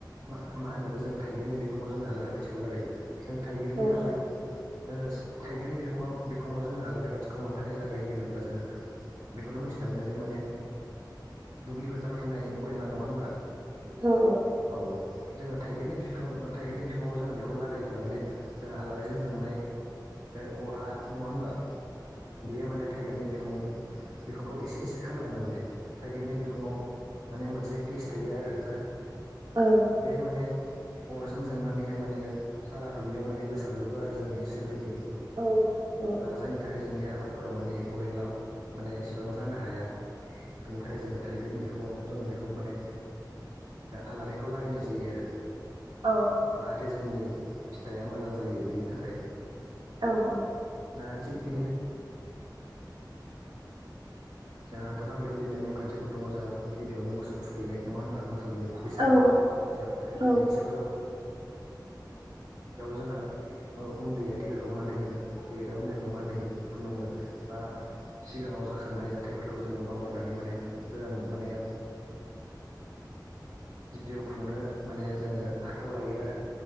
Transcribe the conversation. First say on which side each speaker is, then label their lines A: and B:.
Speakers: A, on the right (about 50°); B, on the right (about 85°).
A: मा मा होनो बे जों थाइगिरनि बिखङाव जोंनो आलारि बाथिखौ लागायो। जों थाइगिरनि
B: ओं
A: आलारि ओस थाइगिरनि बिुखुङाव बिखुङाव जोङो आलारि बाथिखौ मानि थाखाय लागायो होनोब्ला जोङो बेखौनो मोनथिनो मोनो जे माने दुब्लि फोथाराव थानाय एम्फौ एनला नङा होनबा
B: ओं ओं
A: औ जोङो थाइगिरनि बिफां थाइगिरनि बिफाङाव जोङो बेखौ लागायोब्ला माने जोंहा आलारिजों जोंनाय ओ अरा नङा होनबा बेयो माने थाइगिरनि बिखं बिखंखौ एसे एसे खामलाङो माने थाइगिर बिखङाव माने मोनसे गेस थायो आरो जा
B: औ।
A: बे माने अरजों जोंनानैहाय माने सारा दुब्लियाव माने गोसारजोबो आरो जोंनि सोरगिदिं।
B: औ औ
A: दा जायनि थाखाय जोंनि आबादफोराव माने एम्फौ एन्लाव माने एसेबां जानो हाया। बेनि थाखाय जोङो गेटनि बिखङाव जोङो बेखौ माने आलारिखौ लागायनाय जायो आरो
B: औ
A: जाहाथे जोंनि फिथाइया मोजां जायो बेनि थाखाय
B: औ औ
A: दा थिग जोंहा गोबां बेबायदिनो नेमखान्थिफोर दङ जोंहा गिबियावनो मोसौ थुखैनाय नङा होनबा मोसौनि बैसागु
B: औ औ ओं
A: सेथियाव
B: औ
A: नैथियाव जाबाय उन्दैया गेदेरखौ मान होयो गेदेरा उन्दैखौ मान होयो खुलुमो बा सिगाङाव जाखांनाय जाथायफोरखौ जोङो बावगारनानै माने गोदान माने जिउ खुंनो माने जोङो आखाइायाव लायो आरो